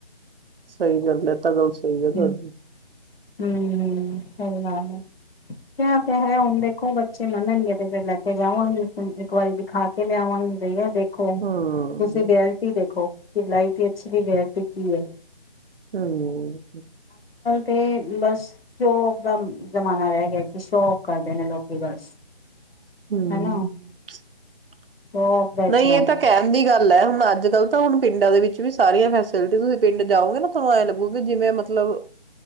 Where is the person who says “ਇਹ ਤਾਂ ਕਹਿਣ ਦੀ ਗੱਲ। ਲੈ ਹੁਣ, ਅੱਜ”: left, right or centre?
Right